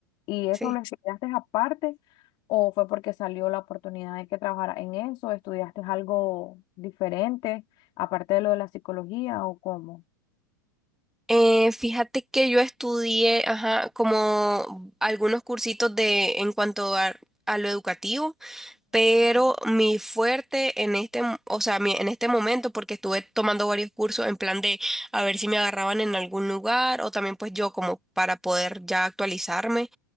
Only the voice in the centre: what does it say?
sí.
Eh, fíjate que yo estudié, ajá, como algunos cursitos de en cuanto a, a lo educativo. pero mi fuerte en este, mo- o sea, mi- en este momento, porque estuve tomando varios cursos en plan de a ver si me agarraban en algún lugar o también pues yo como para poder ya actualizarme,